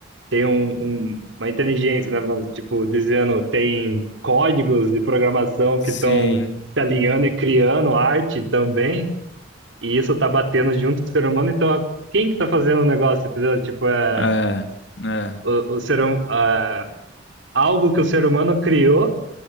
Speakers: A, on the right (about 80°); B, on the left (about 65°).
A: tem um, um- uma inteligência, né? Vamos, Tipo, dizendo, tem códigos de programação
B: sim,
A: que estão se alinhando e criando arte também, e isso está batendo junto com o ser humano, então a- quem que tá fazendo o negócio, entendeu? Tipo, é
B: é, é,
A: o, o ser, hum- ah, algo que o ser humano criou,